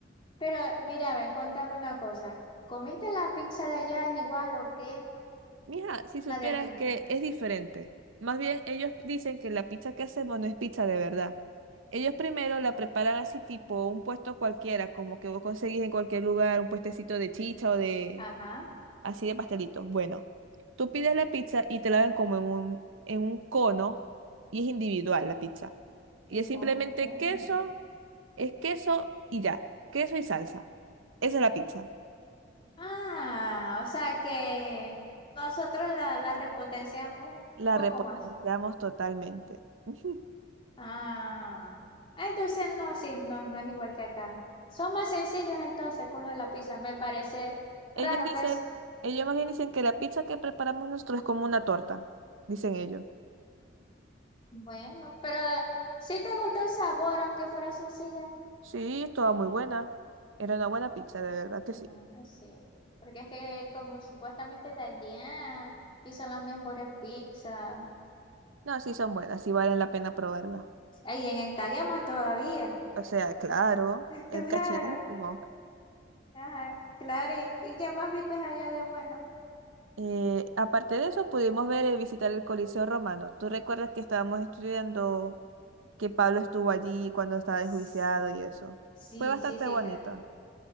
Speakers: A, on the left; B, on the right.
A: Pero mira, a ver, contame una cosa. ¿Comiste la pizza de allá igual o qué?
B: Mija, si supieras
A: La de aquí.
B: que es diferente. Más bien, ellos dicen que la pizza que hacemos no es pizza de verdad. Ellos primero la preparan así tipo un puesto cualquiera, como que vos conseguís en cualquier lugar, un puestecito de chicha o de
A: Ajá.
B: así de pastelitos. Bueno, tú pides la pizza y te la dan como en un, en un cono y es individual la pizza. Y
A: En
B: es simplemente
A: Hong Kong.
B: queso, es queso y ya, queso y salsa. Esa es la pizza.
A: Ah, o sea que nosotros la, la repotenciamos un
B: La
A: poco
B: repotenciamos
A: más.
B: totalmente. <laughs>
A: Ah, ah, entonces no, sí, no, no es igual que acá. Son más sencillos entonces con lo de la pizza, me parece
B: Ellos
A: raro,
B: dicen,
A: pues.
B: ellos más bien dicen que la pizza que preparamos nosotros es como una torta, dicen ellos.
A: Bueno, pero si te gustó el sabor, aunque fuera sencilla.
B: Sí, estaba muy buena. Era una buena pizza, de verdad que
A: No,
B: sí.
A: no sé. Porque es que como supuestamente de allá y son las mejores pizzas.
B: No, sí son buenas, sí valen la pena probarla.
A: Ahí en Italia más todavía.
B: O sea, claro,
A: <laughs>
B: el
A: Claro.
B: cacherísimo.
A: Ajá, claro, ¿y, y qué más viste allá de bueno?
B: Eh, aparte de eso, pudimos ver y visitar el Coliseo Romano. ¿Tú recuerdas que estábamos estudiando que Pablo estuvo allí cuando estaba
A: Sí.
B: enjuiciado y eso?
A: Sí,
B: Fue bastante
A: sí, sí,
B: bonito.
A: claro.